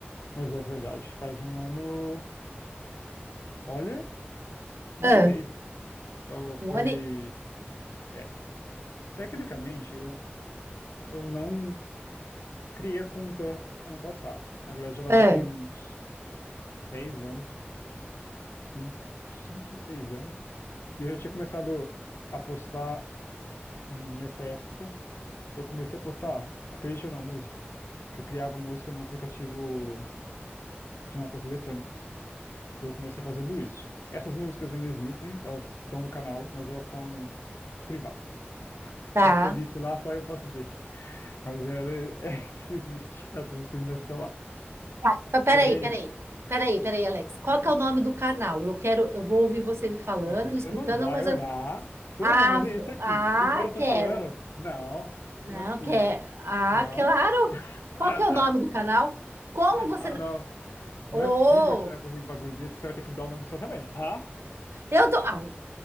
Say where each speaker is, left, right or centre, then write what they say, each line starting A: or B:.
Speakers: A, on the left; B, on the right.
A: mas é verdade. Faz um ano, olha, um
B: Ah,
A: ano e meio. Eu
B: Um
A: foi,
B: ano e...
A: é, tecnicamente eu, eu não criei a conta ano passado. Na verdade, ela
B: ah,
A: já tem uns seis anos, cinco, cinco, seis anos. E eu já tinha começado a postar nessa época, Eu comecei a postar, acredite ou não, música. Que eu criava música num aplicativo de notas eletrônicas. Então eu comecei fazendo isso. Essas músicas ainda existem, elas estão no canal, mas elas estão privadas.
B: tá.
A: Tem uma playlist lá, só eu posso ver. Mas ela é, <laughs> existe. Essas músicas ainda estão lá.
B: Tá, pa- peraí,
A: Porém,
B: peraí. Peraí, peraí, Alex. Qual que é o nome do canal? Eu quero, eu vou ouvir você me falando,
A: não, você
B: me explicando,
A: não vai
B: mas
A: olhar.
B: eu...
A: Você
B: Ah,
A: não vai fazer
B: vo-
A: isso aqui.
B: ah,
A: Enquanto eu tô
B: quero.
A: falando, não,
B: Não,
A: não é possível.
B: quer. Ah,
A: Não?
B: claro.
A: <laughs>
B: Qual
A: Ah,
B: que é o nome
A: ah,
B: do canal? Como você
A: ah, não.
B: Oh,
A: Não é possível que você vai fazer um bagulho desse, você vai ter que dar o nome do seu também. Ah?
B: eu dou. Ah, o